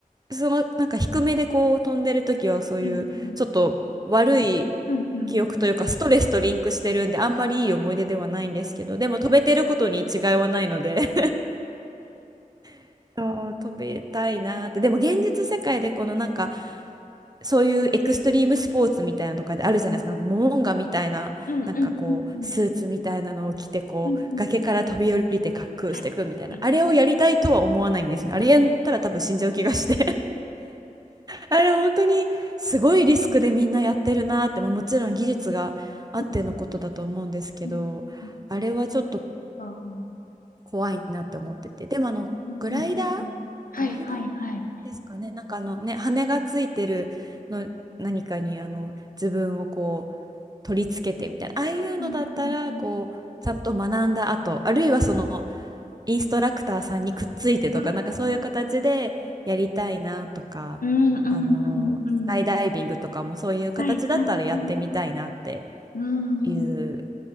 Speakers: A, on the right; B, on the left.
A: そのなんか低めでこう飛んでる時はそういうちょっと悪い
B: うんうん。うんうんうん。
A: 記憶というかストレスとリンクしてるんであんまりいい思い出ではないんですけどでも飛べてることに違いはないので <laughs> そう飛べたいなーってでも現実世界でこのなんかそういうエクストリームスポーツみたいなのとかであるじゃないですか、なんかモモンガみたいな、
B: うんうんうんうん。
A: なんかこう、スーツみたいなのを着て、こう、
B: うんうん。
A: 崖から飛び降りて滑空していくみたいな、
B: はい。
A: あれをやりたいとは思わないんですね。あれやったら多分死んじゃう気がして。あれ本当にすごいリスクでみんなやってるなって、まあ、もちろん技術があってのことだと思うんですけどあれはちょっと
B: うんうんあー
A: 怖いなって思っててでもあのグライダー
B: うんうんうんうんはいはいはい。
A: グライダーですかねなんかあのね羽がついてるの何かにあの自分をこう取り付けてみたいなああいうのだったらこうちゃんと学んだ後あるいはその
B: うんうんうん。
A: インストラクターさんにくっついてとか、
B: あー
A: なんかそういう形でやりたいなとか、
B: うんうんうんうん。
A: あのースカイダイビングとかもそういう形だったらやってみたいなって
B: はいはい。うんうん
A: いう